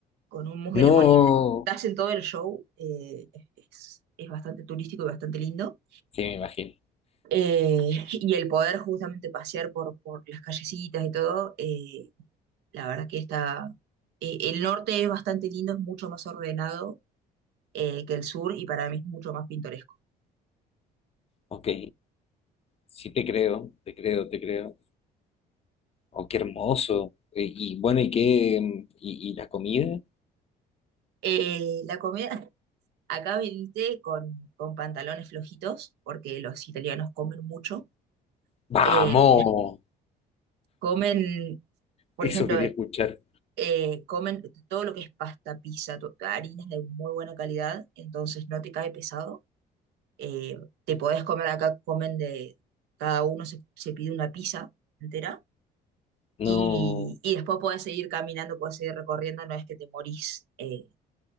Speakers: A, on the right; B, on the left.
A: con un mousse de
B: No.
A: limón, y te hacen todo el show, eh, es, es bastante turístico y bastante lindo.
B: Sí, me imagino.
A: Eh, <laughs> y el poder justamente pasear por, por las callecitas y todo, eh, la verdad que está, eh, el norte es bastante lindo, es mucho más ordenado eh, que el sur y para mí es mucho más pintoresco.
B: Ok. Sí, te creo, te creo, te creo. Oh, qué hermoso. Y, y bueno, ¿y qué? mm, ¿Y, y la comida?
A: Eh, la comida, Acá viniste con, con pantalones flojitos, porque los italianos comen mucho.
B: ¡Vamos!
A: Eh, comen, por
B: Eso
A: ejemplo,
B: quería escuchar.
A: eh, comen todo lo que es pasta, pizza, to- harinas de muy buena calidad, entonces no te cae pesado. Eh, te podés comer acá, comen de, cada uno se, se pide una pizza entera
B: No.
A: y, y después podés seguir caminando, podés seguir recorriendo, no es que te morís eh,